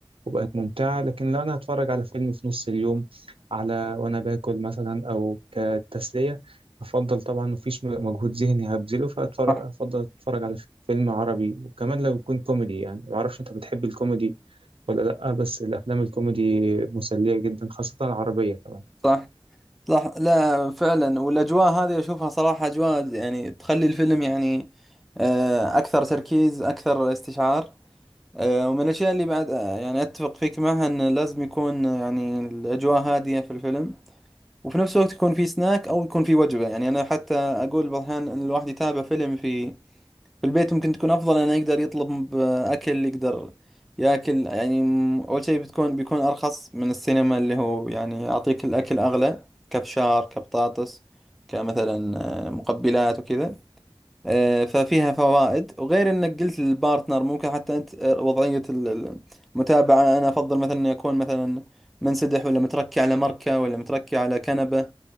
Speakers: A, on the right; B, in the centre.
A: وبقت ممتعة لكن لو أنا هتفرج على فيلم في نص اليوم على وأنا باكل مثلا أو كتسلية أفضل طبعا مفيش م- مجهود ذهني هبذله فأتفرج
B: صح
A: أفضل أتفرج على فيلم عربي وكمان لو يكون كوميدي يعني معرفش أنت بتحب الكوميدي ولا لأ بس الأفلام الكوميدي مسلية جدا خاصة العربية كمان
B: صح صح لا فعلا والاجواء هذه اشوفها صراحه اجواء يعني تخلي الفيلم يعني آه، اكثر تركيز اكثر استشعار آه، ومن الاشياء اللي بعد آه، يعني اتفق فيك معها انه لازم يكون آه، يعني الاجواء هاديه في الفيلم وفي نفس الوقت يكون في سناك او يكون في وجبه يعني انا حتى اقول بعض الاحيان ان الواحد يتابع فيلم في في البيت ممكن تكون افضل انه يقدر يطلب اكل يقدر ياكل يعني م- اول شيء بتكون بيكون ارخص من السينما اللي هو يعني يعطيك الاكل اغلى كبشار كبطاطس كمثلا آه، مقبلات وكذا آه، ففيها فوائد وغير انك قلت للبارتنر ممكن حتى انت آه، وضعية ال- ال- المتابعة انا افضل مثلا اني اكون مثلا منسدح ولا متركي على مركة ولا متركي على كنبة